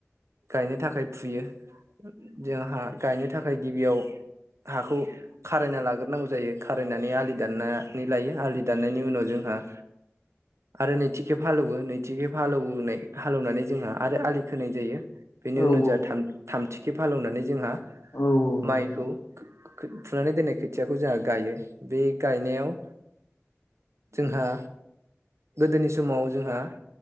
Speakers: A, on the right (about 65°); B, on the left (about 65°).
A: गायनो थाखाय फुयो जोंहा गायनो थाखाय गिबियाव हाखौ खारायना लाग्रोनांगौ जायो खारायनानै आलि दाननानै लायो आलि दाननायनि उनाव जोंहा आरो नैथिखे हालेौवो नैथिखे फालौनाय हालेवनानै जोंहा आरो आलि खोनाय जायो। बेनि
B: औ
A: उनाव
B: औ
A: जाय थामथिखेब हाल एवनानै जोंहा
B: औ औ नंगौ
A: माइखौ
B: नोंथां।
A: फुनानै दोननाय खोथियाखौ जोंहा ओ गायो बे गायनायाव जोंहा गोदोनि समाव जोंहा